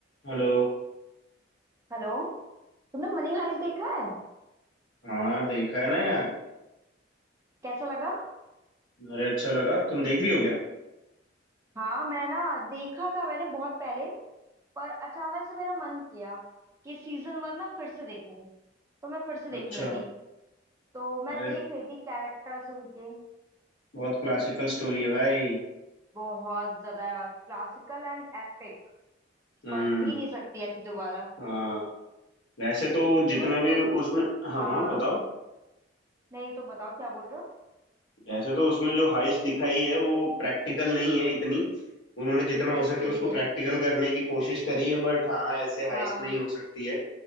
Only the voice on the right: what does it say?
हेलो तुमने मनी हाइस्ट देखा है
कैसा लगा
हाँ मैं ना देखा था मैंने बहुत पहले पर अचानक से मेरा मन किया कि सीजन वन ना फिर से देखूं तो मैं फिर से देखने
लगी तो मैं
देख रही थी कैरेक्टर्स उनके
बहुत ज्यादा क्लासिकल एंड एपिक
बन ही नहीं सकती ऐसी दोबारा
तुम्हें
प्र...
हाँ
हाँ
नहीं तुम बताओ क्या बोल रहे हो
बिल्कुल
भी नहीं
हाँ